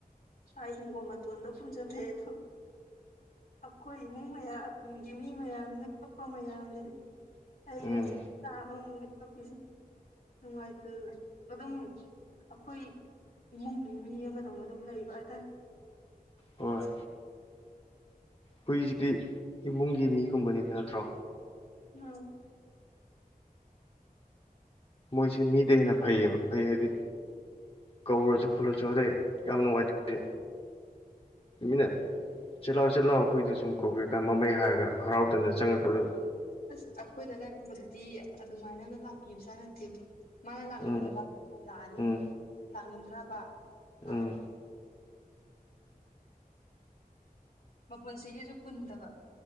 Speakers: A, on the left; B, on the left.
A: ꯑꯩ ꯍꯤꯡꯒꯣꯜ ꯃꯇꯣꯟꯗ ꯐꯝꯖꯂ꯭ꯔꯦ ꯑꯗꯣ ꯑꯩꯈꯣꯏ ꯏꯃꯨꯡ ꯃꯌꯥꯝꯒꯤ ꯃꯤ ꯃꯌꯥꯝꯁꯤꯅ ꯑꯇꯣꯞꯄ ꯃꯌꯥꯝꯁꯤꯅꯤ ꯍꯩꯒꯁꯦꯃ
B: ꯎꯝ
A: ꯍꯥꯥꯛꯄꯤꯁꯤ ꯅꯨꯡꯉꯥꯏꯇꯦ ꯑꯗꯨꯅ ꯑꯗꯨꯝ ꯑꯩꯈꯣꯏ ꯏꯃꯨꯡꯒꯤ ꯃꯤ ꯑꯃꯗꯧꯅ ꯑꯗꯨꯝ ꯂꯩꯕ ꯍꯥꯏꯇꯥꯔꯦꯅꯨꯡ
B: ꯍꯣꯏ ꯍꯨꯏꯁꯤꯗꯤ ꯏꯃꯨꯡꯒꯤ ꯃꯤꯒꯨꯝꯕꯅꯤꯅ ꯅꯠꯇ꯭ꯔꯣ
A: ꯎꯝ
B: ꯃꯣꯏꯁꯤ ꯃꯤꯗ ꯍꯦꯟꯅ ꯐꯩꯌꯦꯕ ꯐꯩ ꯍꯥꯏꯗꯤ ꯀꯧꯔꯁꯨ ꯈꯣꯠꯂꯁꯨ ꯑꯗꯩ ꯌꯥꯝ ꯅꯨꯡꯉꯥꯏꯇꯦ ꯃꯤꯅ ꯆꯤ ꯂꯥꯛꯑꯣ ꯆꯤꯠꯂꯥꯛꯑꯣ ꯍꯨꯏꯗ ꯁꯨꯝ ꯀꯧꯕꯧꯤꯔꯀꯥꯟ ꯃꯃꯩ ꯍꯥꯏꯔꯒ ꯍꯔꯥꯎꯗꯅ ꯆꯪꯉꯛꯄꯗꯨꯣ
A: ꯑꯁ ꯑꯩꯈꯣꯏꯗ ꯂꯩꯔꯝꯕꯗꯨꯗꯤ ꯑꯗꯨꯃꯥꯏꯅꯒ ꯂꯥꯛꯄꯤꯕꯖꯥ ꯅꯠꯇꯦꯕ ꯃꯥꯅ ꯂꯥꯛꯅꯤꯡꯉꯕ
B: ꯎꯝ
A: ꯂꯥꯛꯑꯅꯤ
B: ꯎꯝ
A: ꯂꯥꯛꯅꯤꯡꯗ꯭ꯔꯕ ꯂꯥꯛꯑꯔꯣꯏ
B: ꯎꯝ
A: ꯃꯄꯨꯟꯁꯤꯒꯤꯁꯨ ꯄꯨꯟꯗꯕ